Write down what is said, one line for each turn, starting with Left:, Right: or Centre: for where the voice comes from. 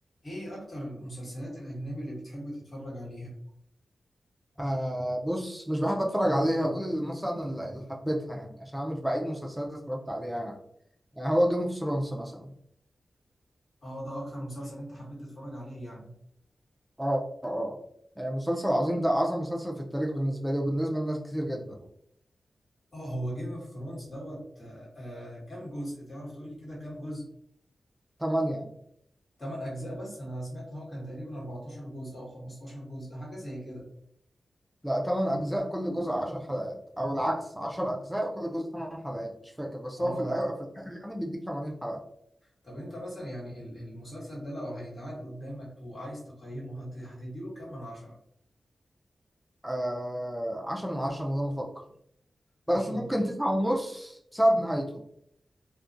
Left: ايه اكتر المسلسلات الاجنبي اللي بتحب تتفرج عليها
Centre: آه بص مش بحب اتفرج عليها اقول اللي مثلا اللي اللي حبيتها يعني عشان انا مش بعيد مسلسلات اتفرجت عليها يعني آه، هو جيم اوف ثرونز مثلا
Left: اه ده اكتر مسلسل انت حبيت تتفرج عليه يعني
Centre: اه اه آه، يعني مسلسل عظيم ده اعظم مسلسل في التاريخ بالنسبه لي وبالنسبه لناس كتير جدا
Left: اه هو جيم اوف ثرونز دوت آه آه، كام جزء تعرف تقول لي كده كام جزء
Centre: ثمانية
Left: 8 اجزاء بس انا سمعت ان هو كان تقريبا 14 جزء او 15 جزء حاجه زي كده
Centre: لا ثمان اجزاء كل جزء 10 حلقات او العكس 10 اجزاء كل جزء 8 حلقات مش فاكر بس
Left: اه
Centre: هو في الاول في الاخر يعني بيديك 80 حلقه
Left: طب انت مثلا يعني ال- المسلسل ده لو هيتعاد قدامك وعايز تقيمه هت- هتديله كام من عشرة
Centre: آه 10 من 10 من غير ما افكر
Left: عشرة
Centre: بس ممكن 9 ونص بسبب نهايته